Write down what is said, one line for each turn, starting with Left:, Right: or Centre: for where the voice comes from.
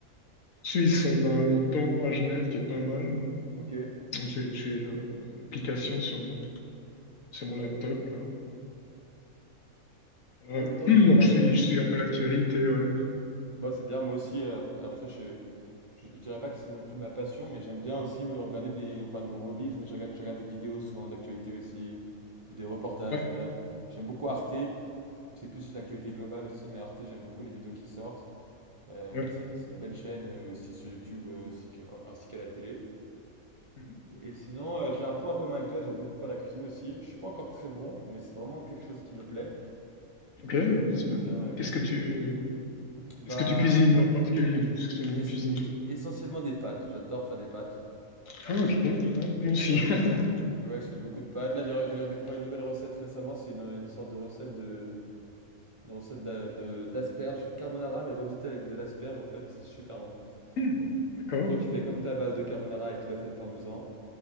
Left: Suisse, on a le temps à Genève qui est pas mal.
Right: Ok.
Left: J'ai j'ai la- la- l'application sur mon, sur mon laptop, là. Voilà.
Right: Ouais, le
Left: <clears throat>
Right: temps
Left: Donc,
Right: c'est pas mal,
Left: je suis,
Right: ouais.
Left: je suis un peu l'actualité, ouais.
Right: Bah, c'est bien, moi aussi, euh, ap- après, je, je, je dirais pas que c'est non plus ma passion, mais j'aime bien aussi me regarder des, enfin, de mes hobbies, mais je regarde, je regarde des vidéos souvent d'actualité aussi, ou des reportages,
Left: Ouais,
Right: j'aime bien. J'aime beaucoup Arte, c'est plus une actualité globale aussi, mais Arte, j'aime beaucoup les vidéos qui sortent. Euh,
Left: ouais.
Right: c'est, c'est une belle chaîne euh, aussi sur YouTube, euh, aussi que- ainsi qu'à la télé.
Left: Mhm.
Right: Et sinon, euh, j'ai un point en commun avec toi, j'aime beaucoup faire la cuisine aussi. Je suis pas encore très bon, mais c'est vraiment quelque chose qui me plaît.
Left: Ok, c'est
Right: J'aime
Left: bien.
Right: bien euh, cuisiner
Left: Qu'est-ce que tu,
Right: tout. Bah,
Left: qu'est-ce que tu cuisines en particulier? Parce que tu aimes bien
Right: es-
Left: cuisiner.
Right: e- essentiellement des pâtes, j'adore faire des pâtes.
Left: Ah, ok, ouais, moi aussi.
Right: Ouais,
Left: <laughs>
Right: ouais, je fais beaucoup de pâtes. Là, j'ai j'ai redécouvert une nouvelle recette récemment. C'est une, une sorte de recette de, une recette d'a- de, d'asperges carbonara, mais revisitée avec de l'asperge en fait, et c'est super bon.
Left: Hmm,
Right: Donc,
Left: D'accord.
Right: en gros, tu fais comme ta base de carbonara avec l'œuf et le parmesan.